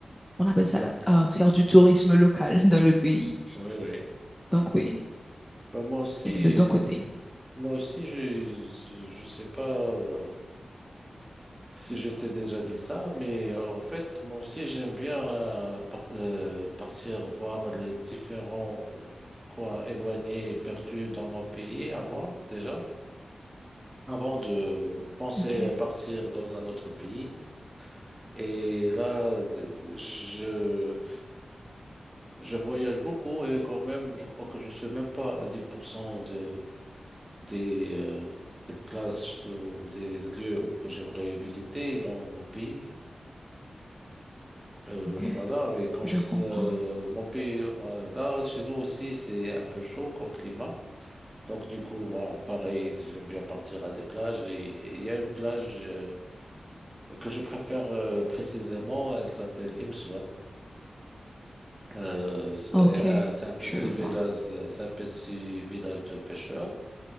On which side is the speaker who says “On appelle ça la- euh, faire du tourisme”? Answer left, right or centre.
Centre